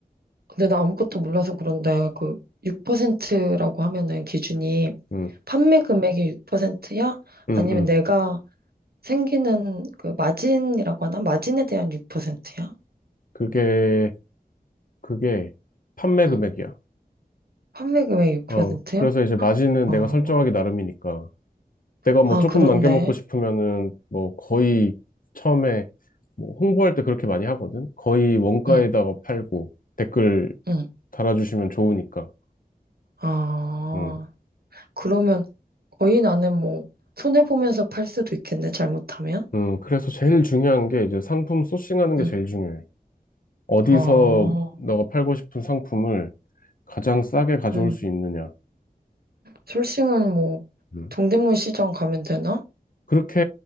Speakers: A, on the right; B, on the left.
A: 근데 나 아무것도 몰라서 그런데 그 6%라고 하면은 기준이
B: 음,
A: 판매 금액의 6%야?
B: 음,
A: 아니면
B: 음.
A: 내가 생기는 그 마진이라고 하나? 마진에 대한 6%야?
B: 그게, 그게 판매
A: 음.
B: 금액이야.
A: 판매 금액 6%야?
B: 어, 그래서 이제 마진은
A: 아,
B: 내가 설정하기 나름이니까. 내가 뭐
A: 아
B: 조금
A: 그렇네.
B: 남겨먹고 싶으면은 뭐 거의 처음에 뭐 홍보할 때 그렇게 많이 하거든. 거의 원가에다가
A: 응,
B: 팔고 댓글
A: 응.
B: 달아주시면 좋으니까.
A: 아.
B: 음.
A: 그러면 거의 나는 뭐 손해보면서 팔 수도 있겠네, 잘못하면.
B: 음, 그래서 제일 중요한 게 이제 상품 소싱하는 게
A: 응.
B: 제일 중요해. 어디서
A: 아,
B: 너가 팔고 싶은 상품을 가장 싸게 가져올
A: 응.
B: 수 있느냐.
A: 솔싱은 뭐
B: 음.
A: 동대문 시장 가면 되나?
B: 그렇게